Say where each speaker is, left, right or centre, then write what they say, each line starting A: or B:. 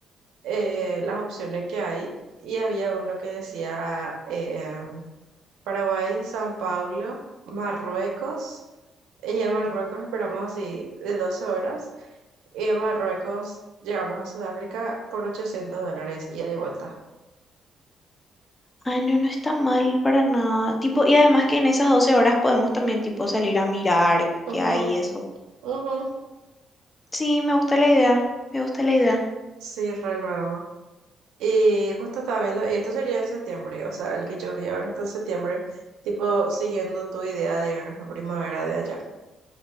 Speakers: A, on the right; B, on the left.
A: eh, las opciones que hay, y había uno que decía eh, Paraguay, San Pablo, Marruecos, y en Marruecos esperamos así de 12 horas. Y de Marruecos llegamos a Sudáfrica por 800 dólares, ida y de vuelta.
B: Ay, no, no está mal para nada. Tipo, y además que en esas 12 horas podemos también tipo salir a mirar qué
A: Ujú,
B: hay y eso.
A: ujú.
B: Sí, me gusta la idea. Me gusta la idea.
A: Sí, re luego. Y justo estaba viendo, y esto sería en septiembre, o sea, el que yo vi ahora está en septiembre, tipo siguiendo tu idea de irnos en primavera de allá.